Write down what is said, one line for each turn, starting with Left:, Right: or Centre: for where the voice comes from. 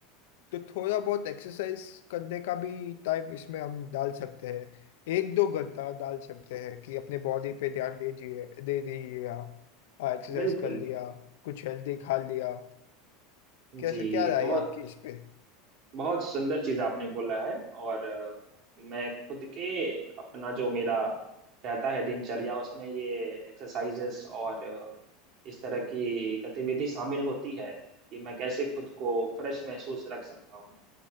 Left: तो थोड़ा बहुत एक्सरसाइज करने का भी टाइम इसमें हम डाल सकते हैं एक दो घंटा डाल सकते हैं कि अपने बॉडी पे ध्यान दीजिए दे दीजिएगा एक्सरसाइज
Right: बिल्कुल
Left: कर लिया कुछ हेल्दी खा लिया कैसे
Right: जी
Left: क्या राय
Right: बहुत
Left: है आपकी इस पे
Right: बहुत सुंदर चीज आपने बोला है और अ, मैं खुद के अपना जो मेरा रहता है दिनचर्या उसमें ये एक्सरसाइजेस और अ, इस तरह की गतिविधि शामिल होती है कि मैं कैसे खुद को फ्रेश महसूस रख सकता हूँ